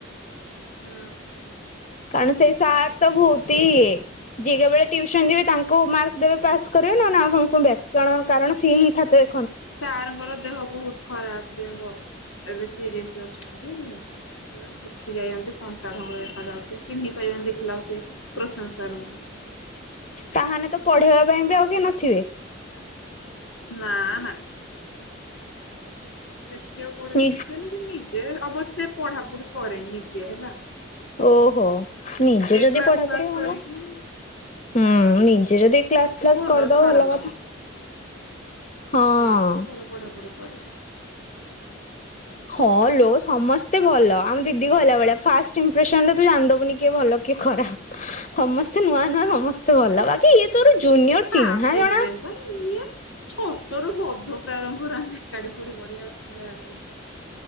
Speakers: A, on the left (about 85°); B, on the left (about 35°).
A: ହୁଁ।
B: କାରଣ ସେଇ ସାର ତ ଭୋତିଏ। ଯିଏ କେବେଳ ଟ୍ୟୁସନ ଯିବେ ତାଙ୍କୁ ମାର୍କ ଦେବେ ପାସ୍ କରିବେ ନହେଲେ ଆଉ ସମସ୍ତଙ୍କୁ ବ୍ୟାକ, କାରଣ ସିଏ ହିଁ ଖାତା ଦେ
A: ସାରଙ୍କର ଦେହ ବହୁତୁ ଖରାପ ଦେହ ଏବେ ସିରିଅସ ଅଛନ୍ତି। ପୁରା ଶୁଖି ଯାଇଛନ୍ତି କଣ୍ଟା ଧଙ୍ଗ ଦେଖାଯାଉଛି ଚିହ୍ନିପାରିବନି ଦେଖିଲା ବେଳୁ ସେ ପ୍ରଶାନ୍ତ ସାର ବୋଲି।
B: ତାହାନେ ତ ପଢେଇବା ପାଇଁ ବି ଆଉ କି ନଥିବେ।
A: ନା ନା‌। ଦେଖିବ କୋଉଠି
B: ନି
A: କେମିତି ସେମିତି ନିଜେ ଅବଶ୍ୟ ପଢାପଢି କରେ ନିଜେ ହେଲା।
B: ଓହୋ ନିଜେ ଯଦି
A: କ୍ଲାସ
B: ପଢାପଢି
A: ଫ୍ଲାସ
B: ଭଲ।
A: କରିକି
B: ହୁଁ ନିଜେ ଯଦି କ୍ଲାସ ଫ୍ଲାସ
A: ଭଲ
B: କରିଦବ
A: ଛୁଆଟା
B: ଭଲ
A: ଲୋ
B: କଥା। ହଁ।
A: ଭଲ ସେଟା ଭଲ ପଢାପଢି କରେ।
B: ହଁ ଲୋ ସମସ୍ତେ ଭଲ ଆମ ଦିଦି କହିଲା ଭଳିଆ ଫାଷ୍ଟ ଇମ୍ପ୍ରେସନ ରେ ତୁ ଜାଣିଦବୁନି କିଏ ଭଲ କିଏ ଖରାପ। ସମସ୍ତେ ନୂଆ ନୂଆ ସମସ୍ତେ ଭଲ ବାକି ଇଏ ତୋର ଜୁନିୟର
A: ଫାଷ୍ଟ
B: ଚିହ୍ନା ଜଣା
A: ଇମ୍ପ୍ରେସନ ଇଏ ଛୋଟରୁ ବୋଧ ପ୍ରାରମ୍ଭରୁ ଆମେ ଏକାଠି ପଢି ପଢି ଆସୁଛୁ କହିବାକୁ ଗଲେ।